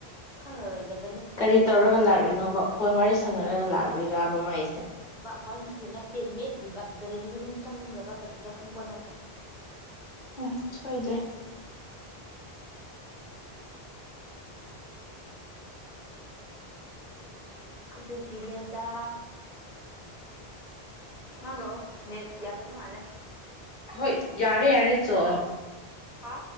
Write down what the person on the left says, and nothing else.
ꯀꯔꯤ ꯇꯧꯔꯒ ꯂꯥꯛꯂꯤꯅꯣꯕ ꯐꯣꯟ ꯋꯥꯔꯤ ꯁ ꯁꯅꯔꯒ ꯂꯥꯛꯂꯤꯔꯕ ꯃꯥ ꯑꯩꯁꯦ
ꯎꯝ ꯁꯣꯏꯗ
ꯍꯣꯏ ꯌꯥꯔꯦ ꯌꯥꯔꯦ ꯆ